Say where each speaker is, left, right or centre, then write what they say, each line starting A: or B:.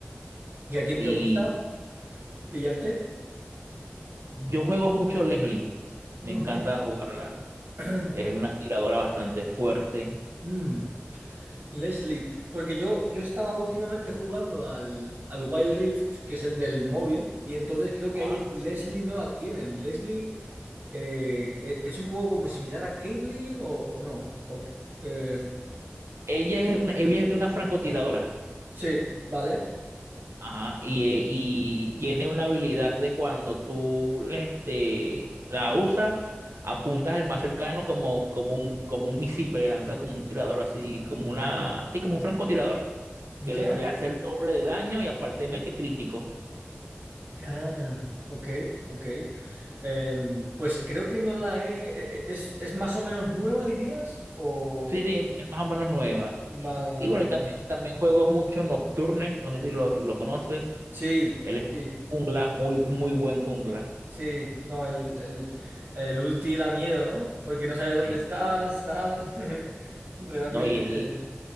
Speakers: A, on the right (about 55°); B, on the right (about 75°).
A: ¿Y a quién
B: Y
A: te gusta pillarte?
B: yo juego mucho Leslie. Me
A: Ujú.
B: encanta jugarla.
A: <clears throat>
B: Es una tiradora bastante fuerte.
A: Mm. Leslie, porque yo, yo estaba últimamente jugando al, al Wild Rift, que es el del móvil, y entonces creo que
B: Ajá.
A: ahí Leslie no la tienen. Leslie eh, e- es un poco como similar a Caitlyn o, o no. O- eh,
B: Ella es una, ella es una francotiradora.
A: sí, vale.
B: Ajá, y, eh, y tiene una habilidad de cuando tú le este, la usas, apuntas el más cercano como, como un, como un misil, pero le lanzas como un tirador, así como una, así como un francotirador,
A: Ya.
B: que le, le hace el doble de daño y aparte mete crítico.
A: Ah, ok, ok. Em, pues creo que no la he... e- e- ¿Es, es más o menos nueva, dirías? O...
B: Sí, sí, es más o menos nueva.
A: Vale, vale,
B: Y bueno,
A: vale.
B: y también, también juego mucho Nocturne, no sé si lo, si lo conoces.
A: Sí,
B: Él es
A: sí.
B: jungla, muy, muy buen jungla.
A: Sí, no, el, el, el ulti da miedo, ¿no? Porque no sabes dónde
B: Sí,
A: estás,
B: sí.
A: tal. <laughs> Realmente
B: No, y, es,
A: te-